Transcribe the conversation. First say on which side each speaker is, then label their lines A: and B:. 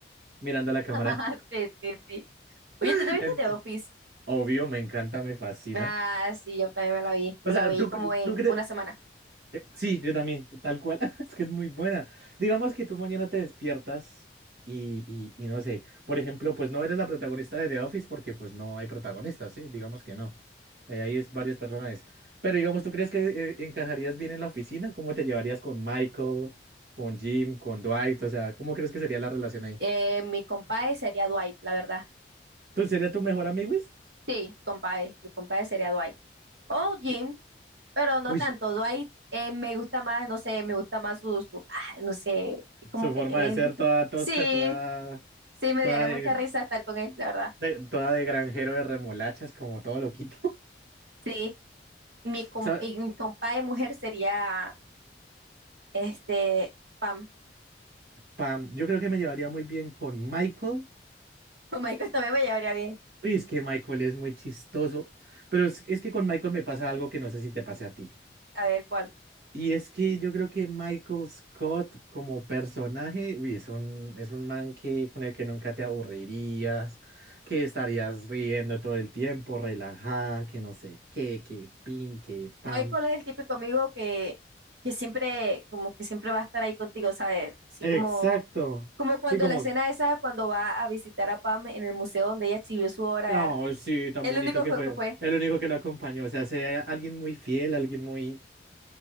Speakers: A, on the right (about 65°); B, on the right (about 85°).
A: mirando a la cámara.
B: <laughs> Sí, sí, sí. Oye,
A: <laughs>
B: ¿tú te viste
A: En-
B: de Office?
A: Obvio, me encanta, me fascina.
B: Ah, sí, yo también me la vi. Me
A: O sea,
B: la vi
A: ¿tú,
B: como
A: cre-
B: en
A: tú crees?
B: una semana.
A: Eh, Sí, yo también, tal cual. <laughs> Es que es muy buena. Digamos que tú mañana te despiertas y, y, y no sé, por ejemplo, pues no eres la protagonista de The Office porque pues no hay protagonistas, ¿sí? Digamos que no. Eh, Ahí es varios personajes. Pero digamos, ¿tú crees que eh, encajarías bien en la oficina? ¿Cómo te llevarías con Michael, con Jim, con Dwight? O sea, ¿cómo crees que sería la relación ahí?
B: Eh, mi compadre sería Dwight, la verdad.
A: ¿Tú sería tu mejor amigo? Wiz?
B: Sí, compadre. Mi compadre sería Dwight. O Jim,
A: Ye-
B: pero no
A: Uy,
B: tanto. Dwight eh, me gusta más, no sé, me gusta más su, su- ah, no sé, es como
A: su
B: que
A: forma
B: tiene
A: de
B: el...
A: ser toda tosca,
B: Sí,
A: toda,
B: sí, me
A: toda
B: daría
A: de,
B: mucha risa estar con él, la verdad.
A: de- toda de granjero de remolachas, como todo loquito.
B: Sí, y mi, com-
A: <laughs>
B: y mi compadre mujer sería, este, Pam.
A: Pam, yo creo que me llevaría muy bien con Michael.
B: <laughs> Con Michael también me llevaría bien.
A: Uy, es que Michael es muy chistoso, pero es, es que con Michael me pasa algo que no sé si te pase a ti.
B: A ver, ¿cuál?
A: Y es que yo creo que Michael Scott como personaje, uy, es un, es un man que, con el que nunca te aburrirías, que estarías riendo todo el tiempo, relajada, que no sé qué, que pin, que pam.
B: Michael es el típico amigo que, que siempre, como que siempre va a estar ahí contigo, ¿sabes? Así
A: Exacto.
B: como, como cuando
A: Sí, como,
B: la escena esa, cuando va a visitar a Pam en el museo donde ella exhibió su obra
A: oh,
B: de arte.
A: sí, tan
B: El
A: bonito
B: único
A: que
B: fue
A: fue.
B: que fue,
A: El único que lo acompañó. O sea, sea alguien muy fiel, alguien muy